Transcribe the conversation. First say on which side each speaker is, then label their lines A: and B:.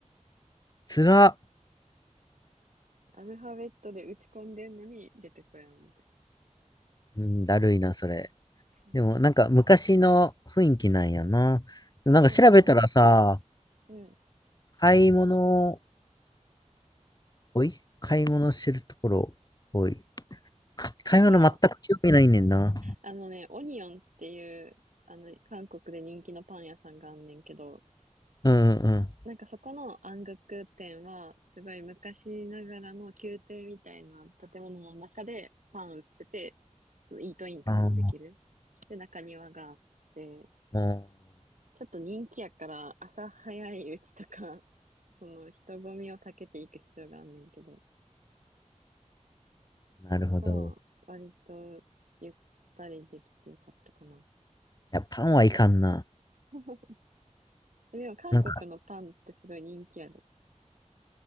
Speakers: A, on the left (about 30°); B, on the right (about 80°).
A: つら、
B: アルファベットで打ち込んでんのに出てこやんみたい
A: うん、だるいな、それ。
B: な。そう。
A: でも、なんか昔の雰囲気なんやな。でもなんか調べたらさ、
B: そうそう。うん。
A: 買い物、おい買い物してるところ、おい。か買い物全く興味ないねんな。
B: なんか、あのね、オニオンっていう、あの、韓国で人気のパン屋さんがあんねんけど、
A: うんうんうん。
B: なんかそこの暗黒店は、すごい昔ながらの宮廷みたいな建物の中でパン売ってて、そのイートインとかもできる。
A: ああ、
B: で、中庭があって、
A: う
B: ちょっと人気やから朝早いうちとか、<laughs> その人混みを避けていく必要があんねんけど、
A: んなるほど。
B: そこは割とゆったりできてよかったかな。
A: いや、パンはいかんな。
B: <laughs> でも韓国のパンってすごい人気やで。
A: なんか、